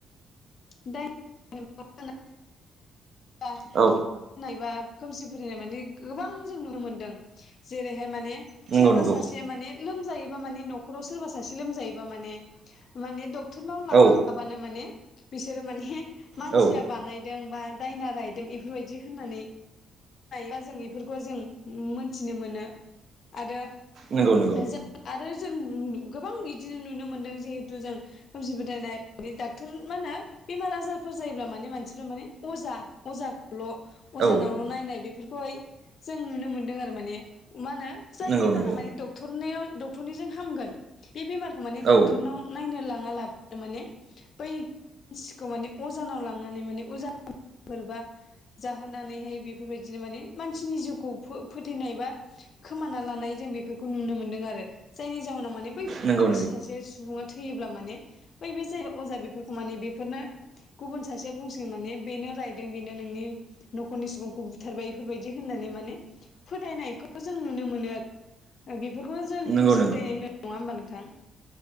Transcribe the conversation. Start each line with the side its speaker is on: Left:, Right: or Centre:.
Left: <unintelligible>
Right: औ
Left: नाय बा खोमसि फोथायनाय माने गोबां जों नुनो मोनदों, जेरैहाय माने
Right: नंगौ
Left: सोरबा
Right: नंगौ
Left: सासेया माने लोमजायोबा माने न'खराव सोरबा सासे लोमजायोबा माने माने डक्टरनाव लाङा
Right: औ
Left: लाबानो माने बिसोरो माने मानसिया
Right: औ
Left: बानाय दों बा दायना रायदों बेफोरबायदि होननानै बा जों बेफोरखौ जों मोनथिनो मोनो आरो
Right: नंगौ नंगौ।
Left: जों आरो जों गोबां बिदिनो नुनो मोनदों जिहेथु जों खोमसि फोथायनाय डाक्टर मा होनो? बेमार आजारफोर जायोब्ला माने मानसिफ्रा माने अजा अजाखौल' अजानावल'
Right: औ
Left: नायनाय बे बिखैहाय जों नुनो मोनदों आरो माने मा होनो जाय
Right: नंगौ
Left: बेमारा
Right: नंगौ
Left: माने दख डक्टरनायाव डक्टरनिजों हामगोन, बे बेमारखौ माने
Right: औ
Left: डक्टरनाव नायनो लाङा लाबो माने बै मानसिखौ माने अजानाव लांनानै माने अजाफोरबा जाहोनानैहाय बेफोरबायदिनो माने मानसिनि जिउखौ फो-फोथायैनाय बा खोमाना लानाय जों बेफोरखौ नुनो मोनदों आरो। जायनि जाउनाव माने बै
Right: नंगौ
Left: मानसि
Right: नंगौ
Left: सासे सुबुङा थैयोब्ला माने बै बे जाय अजा बेफोरखौ माने बे बेफोरनो गुबुन सासेया बुंसिगोन माने बेनो रायदों बेनो नोंनि न'खरनि सुबुंखौ बुथारबाय बेफोरबायदि होननानै माने फोथायनायखौ जों नुनो मोनो आरो ओ बेफोरखौनो जों
Right: नंगौ
Left: खोमसि फोथायनाय होनो नङा होमबा नोंथां?